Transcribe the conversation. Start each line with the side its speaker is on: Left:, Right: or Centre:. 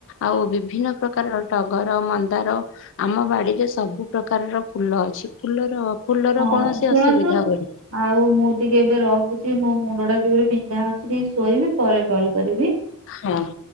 Left: ଆଉ ବିଭିନ୍ନ ପ୍ରକାର ଟଗର, ମନ୍ଦାର ଆମ ବାଡିରେ ସବୁ ପ୍ରକାରର ଫୁଲ ଅଛି। ଫୁଲର ଫୁଲର
Right: ହଁ
Left: କୌଣସି
Right: ଶୁଣନ୍ତୁ
Left: ଅସୁବିଧା ହୁଏନି
Right: ଆଉ ମୁଁ ଟିକେ ଏବେ ରହୁଛି ମୋ ମୁଣ୍ଡଟା ଜୋରରେ ବିନ୍ଧା ହଉଛି। ଶୋଇବି ପରେ କଲ୍ କରିବି
Left: ହଁ